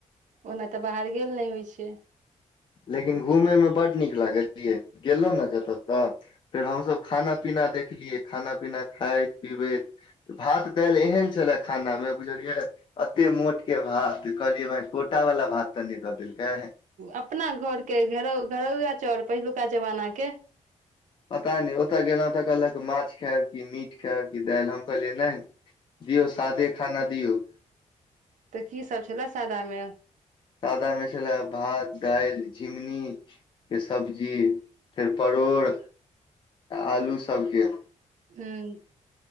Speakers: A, on the right; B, on the left.
A: ओना तऽ बाहर गेल नहि होइ छै
B: लेकिन घुमयमे बड्ड नीक लागत ययै गेलहुँ ने जतय तऽ फेर हमसब खाना पीना देखलियै खाना पीना खाइत पीबैत भात दालि एहन छएला खानामे बुझलियै एते मोट के भात कहलियै बहि कोटा वाला भात तऽ नहि दऽ देलकै
A: अपना घर के घरौआ चौर पहिलुका जमाना के
B: पता नहि ओतय गेलहुँ तऽ कहलक माछ खायब कि मीट खायब कि दालि हम कहलियै नहि दियौ सादे खाना दिऔ
A: तऽ की सब छएला सादा मे
B: सादा मे छला भात दइल झिंमनी के सब्जी फेर परोड़ आलू सभके
A: हू